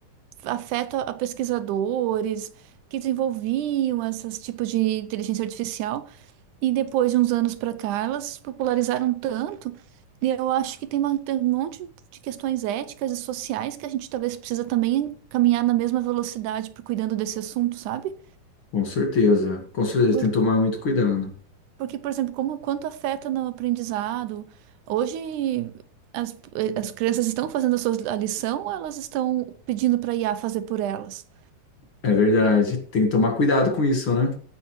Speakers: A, on the right; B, on the left.
A: afeto a a pesquisadores que desenvolviam esses tipos de inteligência artificial, E depois de uns anos para cá, elas se popularizaram tanto, e eu acho que tem, uma- tem um monte de questões éticas e sociais que a gente talvez precisa também caminhar na mesma velocidade por cuidando desse assunto, sabe?
B: Com certeza, com certeza,
A: Por,
B: tem que tomar muito cuidado.
A: porque, por exemplo, como quanto afeta no aprendizado. Hoje as, as crianças estão fazendo a sua a lição ou elas estão pedindo para a IA fazer por elas?
B: É verdade, tem que tomar cuidado com isso, né?